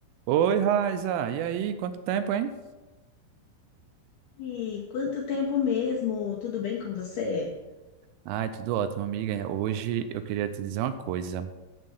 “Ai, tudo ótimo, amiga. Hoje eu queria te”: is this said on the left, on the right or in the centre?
Right